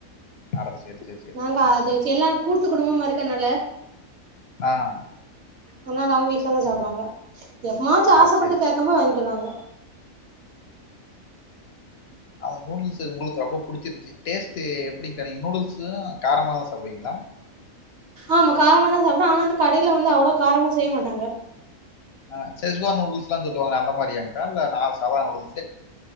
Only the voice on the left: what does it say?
அட சரி சரி
ஆஹ்
அட
சரி சரி
சரிங்கக்கா
அ நூடுல்ஸ் உங்களுக்கு ரொம்ப புடிச்சிருச்சு டேஸ்ட்டு எப்படிங்க்கா நீங்க நூடுல்ஸு காரமாதா சாப்பிடுவீங்களா
ஆ செச்வா நூடுல்ஸ் எல்லா சொல்லுவாங்க அந்த மாரியாங்க்கா இல்ல நா சாதா நூடுல்ஸ்